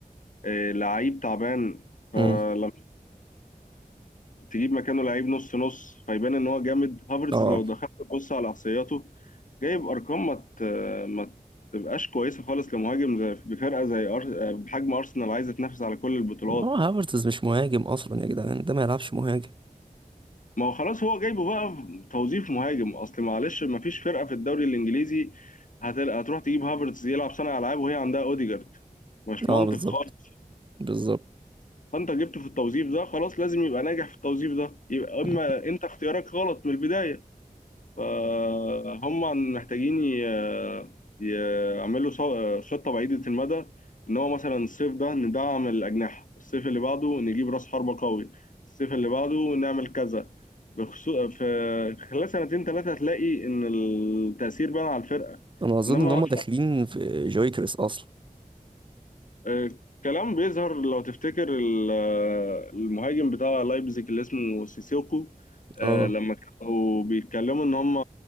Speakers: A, on the left; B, on the right.
A: آه، لعيب تعبان فلما
B: امم
A: تجيب مكانه لعيب نص نص فيبان ان هو جامد هافرتز
B: اه
A: لو دخلت تبص على احصائياته جايب ارقام ما ت- ما تبقاش كويسه خالص لمهاجم زي بفرقه زي أر... آه، بحجم ارسنال عايزه تنافس على كل البطولات
B: هو هافرتز مش مهاجم اصلا يا جدعان ده ما يلعبش مهاجم
A: ما هو خلاص هو جايبه بقى في توظيف مهاجم اصل معلش ما فيش فرقه في الدوري الانجليزي هتل... هتروح تجيب هافرتز يلعب صانع العاب وهي عندها اوديجارد مش منطق
B: اه بالظبط
A: خالص
B: بالظبط
A: فانت جبته في التوظيف ده خلاص لازم يبقى ناجح في التوظيف ده يبقى اما
B: مم.
A: انت اختيارك غلط من البدايه فهم محتاجين ي- يعملوا صو- خطة بعيدة المدى إن هو مثلا الصيف ده ندعم الأجنحة، الصيف اللي بعده نجيب رأس حربة قوي، الصيف اللي بعده نعمل كذا بخصوص في خلال سنتين ثلاثة هتلاقي إن التأثير بان على الفرقة،
B: انا اظن
A: إنما
B: ان هم داخلين في جويكريس اصلا
A: آه، كلام بيظهر لو تفتكر ال- آه، المهاجم بتاع لايبزيج اللي اسمه سيسيوكو آه،
B: اه
A: لما كانوا بيتكلموا ان هم